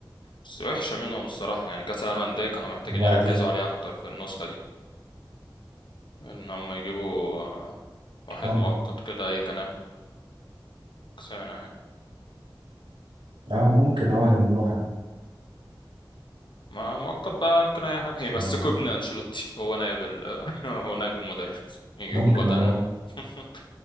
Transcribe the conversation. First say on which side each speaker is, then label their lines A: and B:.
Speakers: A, on the left; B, on the right.
A: بس وحشه منهم الصراحه يعني كاس العالم للانديه كانوا محتاجين
B: وبعدين
A: يركزوا عليه اكتر في النسخه دي ان هم يجيبوا آه، واحد
B: أه
A: مؤقت كده اي كلام كسانة يعني
B: أه ممكن أه يجيبوا حد
A: ما مؤقت بقى ممكن اي حاجة يمسكوا
B: آه،
A: ابن انشيلوتي هو نائب ال... <laughs> هو نائب المدرب يجيبوا
B: ممكن
A: بدل
B: أه
A: <laughs>